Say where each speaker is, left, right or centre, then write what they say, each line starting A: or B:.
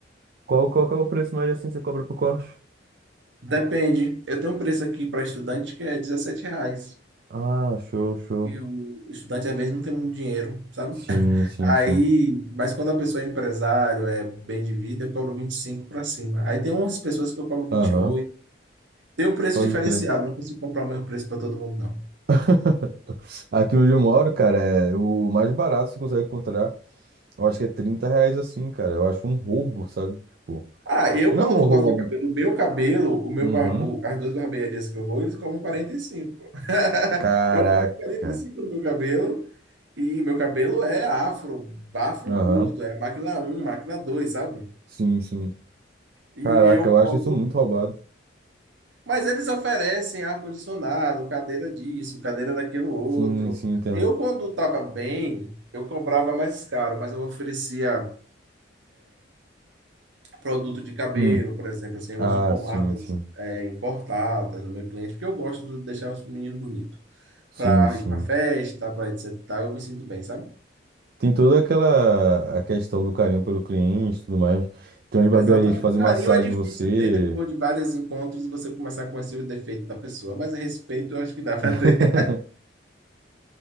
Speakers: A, on the right (about 55°); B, on the right (about 80°).
A: Qual, qual que é o preço médio assim que você cobra pro corte?
B: Depende. Eu tenho um preço aqui para estudante que é R$ reais.
A: Ah, show, show.
B: E o estudante às vezes não tem muito dinheiro, sabe?
A: Sim,
B: <laughs>
A: sim,
B: Aí,
A: sim.
B: mas quando a pessoa é empresário, é bem de vida, eu cobro 25 para cima. Aí tem umas pessoas que eu cobro vinte
A: Aham,
B: e oito Tem um preço
A: pode
B: diferenciado,
A: crer.
B: não consigo comprar o mesmo preço para todo mundo, não.
A: <laughs> Aqui onde eu moro, cara, é o mais barato que você consegue encontrar. Eu acho que é 30 reais assim, cara. Eu acho um roubo, sabe? Tipo,
B: Ah, eu
A: não
B: quando
A: um
B: vou
A: roubo.
B: cortar o cabelo, o meu cabelo, o meu
A: Uhum.
B: bar- o- as duas barbearias que eu vou, eles cobram quarenta e cinco <laughs>
A: Caraca.
B: Eu pago quarenta e cinco no meu cabelo e meu cabelo é afro, afro
A: Aham.
B: curto, é máquina um máquina dois sabe?
A: Sim, sim.
B: E
A: Caraca,
B: eu
A: eu acho
B: cobro,
A: isso muito roubado.
B: mas eles oferecem ar-condicionado, cadeira disso, cadeira daquilo outro.
A: Sim, sim, entendo.
B: Eu quando estava bem, eu cobrava mais caro, mas eu oferecia produto de cabelo,
A: Hum.
B: por exemplo, assim, eu
A: Ah,
B: uso pomadas
A: sim, sim.
B: é, importadas no meu cliente, porque eu gosto de deixar os meninos bonitos.
A: Sim,
B: Para
A: sim.
B: ir para festa, para etc e tal, eu me sinto bem, sabe?
A: Tem toda aquela a questão do carinho pelo cliente e tudo mais. Tem umas barbearias
B: Exatamente.
A: que fazem
B: Carinho
A: massagem
B: é difícil
A: em você.
B: ter depois de vários encontros e você começar a conhecer o defeito da pessoa, mas respeito eu acho que dá para
A: <laughs>
B: ter.